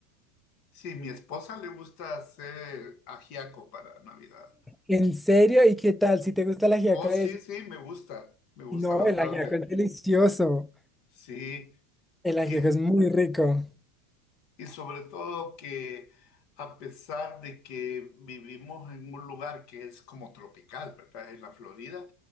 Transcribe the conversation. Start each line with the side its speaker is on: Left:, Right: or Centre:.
Left: sí, mi esposa le gusta hacer ajiaco para Navidad.
Centre: ¿en serio? ¿Y qué tal? Si te gusta el ajiaco
Left: Oh,
Centre: de
Left: sí,
Centre: ella?
Left: sí, me gusta, me gusta
Centre: No,
Left: bastante.
Centre: el ajiaco es delicioso.
Left: Sí,
Centre: El ajiaco
Left: y,
Centre: es muy rico.
Left: y sobre todo que a pesar de que vivimos en un lugar que es como tropical, ¿verdad? En la Florida,